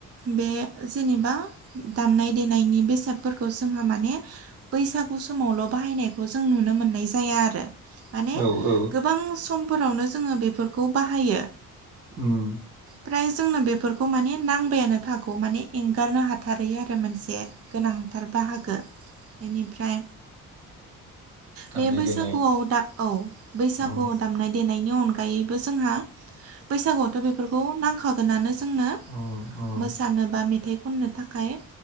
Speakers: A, on the right; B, on the right.
A: बे जेनेबा दामनाय देनायनि बेसादफोरखौ जोंहा माने बैसागु समावल' बाहायनायखौ जों नुनो मोननाय जाया आरो। माने
B: औ औ
A: गोबां समफोरावनो जोङो बेफोरखौ बाहायो।
B: ओम
A: फ्राय जोंनो बेफोरखौ माने नांबायानो थागौ माने एंगारनो हाथारै आरो मोनसे। गोनांथार बाहागो बेनिफ्राय
B: दामनाय
A: बे बैसागुआव
B: देनाय
A: दा औ बैसागुआव
B: उम
A: दामनाय देनायनि अनगायैबो जोंहा बैसागुआवथ' बे नांखागोनानो ज जोंनो
B: उम उम
A: मोसानो बा मेथाइ खननो थाखाय